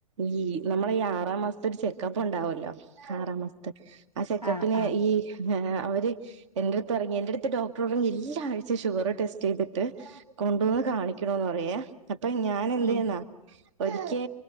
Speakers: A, on the right (about 50°); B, on the right (about 85°).
A: ഈ നമ്മള ഈ ആറാം മാസം ഒരു ചെക്കപ്പ് ഉണ്ടാവല്ലോ? ആറാം മാസത്തെ ആ ചെക്കപ്പിന്
B: ആഹ് ആഹ്
A: ഈ അവര് എന്റെ അടുത്ത് പറയും എന്റെ അടുത്ത് ഡോക്ടർ പറയും എല്ലാ ആഴ്ച്ചയും ഷുഗർ ടെസ്റ്റ് ചെയ്തിട്ട് കൊണ്ടുവന്ന് കാണിക്കണോന്ന് പറയെ അപ്പോ ഞാൻ എന്ത്
B: ഉം
A: ചെയ്യുന്നാ ഒരിക്കേ